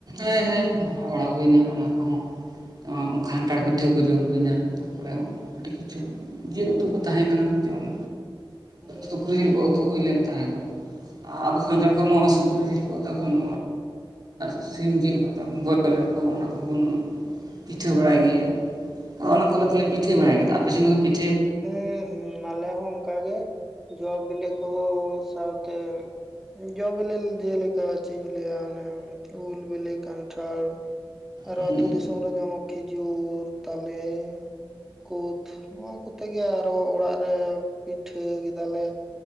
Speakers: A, on the right; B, in the centre.
A: ᱦᱮᱸ ᱦᱮᱸ ᱢᱟᱱᱟᱣ ᱵᱟᱲᱟ ᱦᱩᱭᱱᱟ ᱚᱱᱟ ᱠᱚᱦᱚᱸ ᱠᱷᱟᱱᱴᱷᱟᱲ ᱯᱤᱴᱷᱟᱹ ᱠᱚ ᱡᱚᱢ ᱦᱩᱭᱱᱟ ᱛᱟᱨᱯᱚᱨᱮ ᱟᱹᱰᱤ ᱠᱤᱪᱷᱩ ᱡᱤᱞ ᱩᱛᱩ ᱠᱚ ᱛᱟᱦᱮᱸ ᱠᱟᱱᱟ᱾ ᱡᱮᱢᱚᱱ
B: ᱦᱮᱸ
A: ᱥᱩᱠᱨᱤ ᱡᱤᱞ ᱠᱚ ᱩᱛᱩ ᱦᱩᱭ ᱞᱮᱱ ᱛᱟᱦᱮᱸ ᱫᱚ ᱟᱨ ᱟᱵᱚ ᱠᱷᱟᱱᱛᱲ
B: ᱦᱩᱸ
A: ᱠᱚᱢᱟ ᱥᱩᱠᱨᱤ ᱡᱤᱞ ᱠᱚ ᱛᱟᱵᱚᱱ ᱥᱤᱢ ᱡᱤᱞᱠᱟ ᱵᱳᱚᱞ ᱟᱠᱚ ᱚᱱᱟ ᱠᱚᱵᱚᱱ ᱯᱤᱴᱷᱟᱹ ᱵᱟᱲᱟᱭ ᱜᱮᱭᱟ ᱟᱫᱚ ᱚᱱᱟ ᱠᱚ ᱞᱮ ᱫᱚᱞᱮ ᱯᱤᱴᱷᱟᱹ ᱵᱟᱲᱟᱭ ᱜᱮᱭᱟ ᱟᱯᱮ ᱥᱮᱱ ᱫᱚ ᱯᱤᱴᱷᱟᱹ
B: ᱦᱮᱸ ᱦᱮᱸ ᱟᱞᱮ ᱦᱚᱸ ᱚᱱᱠᱟᱜ ᱜᱮ ᱡᱚ ᱵᱤᱞᱤ ᱠᱚ ᱥᱟᱶᱛᱮ ᱡᱚ ᱵᱤᱞᱮ ᱡᱮᱞᱮᱠᱟ ᱪᱮᱫ ᱤᱧ ᱞᱟᱹᱭᱟ ᱚᱱᱮ ᱩᱞ ᱵᱮᱞᱮ ᱠᱟᱱᱴᱷᱟᱲ ᱟᱨᱦᱚ
A: ᱦᱩᱸ
B: ᱟ ᱟᱹᱛᱩ ᱫᱤᱥᱚᱢ ᱨᱮ ᱧᱟᱢᱚᱜ ᱠᱷᱤᱡᱩᱨ ᱛᱟᱞᱮ ᱠᱩᱫ ᱱᱚᱣᱟ ᱠᱚ ᱛᱮᱜᱮ ᱟᱨᱚ ᱚᱲᱟᱜ ᱨᱮ ᱯᱤᱴᱷᱟᱹ ᱠᱮᱫᱟᱞᱮ